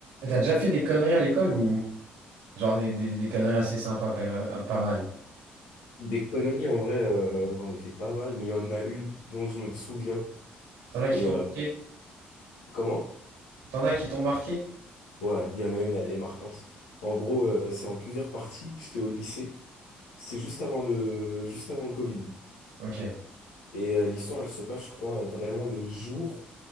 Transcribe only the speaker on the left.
Des conneries, en vrai, euh, j'en ai fait pas mal, mais il y en a une dont je me souviens.
Et
euh,
comment?
Ouais, il y en a une, elle est marquante. En gros, euh, c'est en plusieurs parties. J'étais au lycée. C'était juste avant le, juste avant le Covid.
Et euh, l'histoire, elle se passe, je crois, vraiment le jour